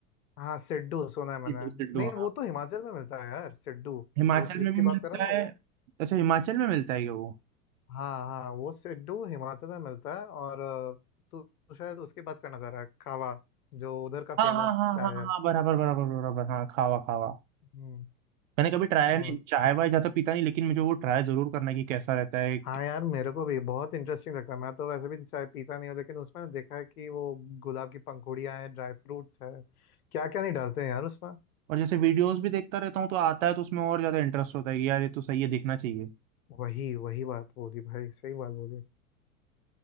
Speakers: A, on the left; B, on the right.
A: हाँ सिड्डू सुना है मैंने
B: सिड्डू सिड्डू
A: नहीं
B: हाँ
A: वो तो हिमाचल में मिलता है यार सिड्डू
B: हिमाचल
A: वो जिसकी
B: में भी मिलता
A: बात कर रहा है ना वो
B: है अच्छा हिमाचल में मिलता है क्या वो
A: हाँ हाँ वो सिड्डू हिमाचल में मिलता है और अ, तू तू शायद उसकी बात करना चाह रहा है खावा जो उधर का फेमस
B: हाँ हाँ हाँ
A: चाय
B: हाँ हाँ
A: है
B: हाँ, बराबर बराबर बराबर हाँ खावा खावा
A: हम्म
B: मैंने कभी ट्राई
A: हम्म।
B: नहीं चाय वाय ज्यादा पीता नहीं लेकिन मुझे वो ट्राई जरूर करना है कि कैसा रहता है
A: हाँ यार मेरे को भी बहुत इंटरेस्टिंग लगता है मैं तो वैसे भी चाय पीता नहीं हूँ लेकिन उसमें देखा है कि वो गुलाब की पंखुड़ियाँ हैं ड्राई फ्रूट्स है क्या क्या नहीं डालते हैं यार उसमें
B: और जैसे वीडियोस भी देखता रहता हूँ तो आता है तो उसमें और ज्यादा इंटरेस्ट होता है कि यार ये तो सही है देखना चाहिए
A: वही वही बात बोली भाई सही बात बोली